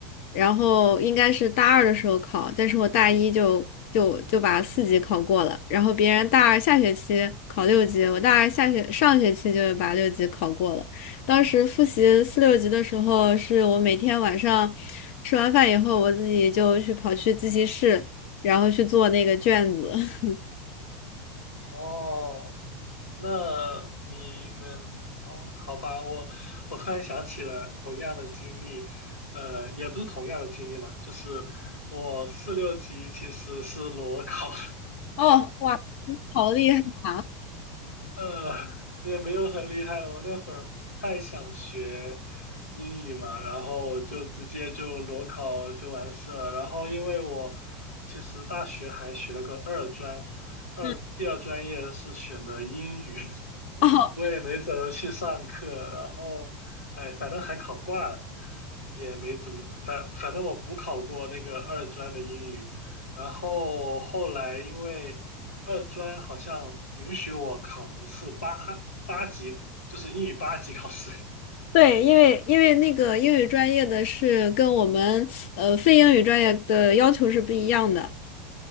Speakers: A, on the left; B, on the left.
A: 然后应该是大二的时候考，但是我大一就就就把四级考过了，然后别人大二下学期考六级，我大二下学上学期就把六级考过了。当时复习四六级的时候，是我每天晚上吃完饭以后，我自己就去跑去自习室，然后去做那个卷子。<laughs>
B: 哦，那你们哦，好吧，我我突然想起了同样的经历，呃，也不是同样的经历吧，就是我四六级其实是裸考的，
A: 哦，哇，你好厉害啊！
B: 呃，也没有很厉害了。我那会儿不太想学英语嘛，然后我就直接就裸考就完事了。然后因为我其实大学还学了个二专，二第二专业是选的英语，
A: 嗯，
B: <laughs>
A: 哦，
B: 我也没怎么去上课。然后，哎，反正还考挂了，也没怎么，反反正我补考过那个二专的英语。然后后来因为。二专好像允许我考一次八八级，就是英语八级考试。<laughs>
A: 对，因为因为那个英语专业的是跟我们呃非英语专业的要求是不一样的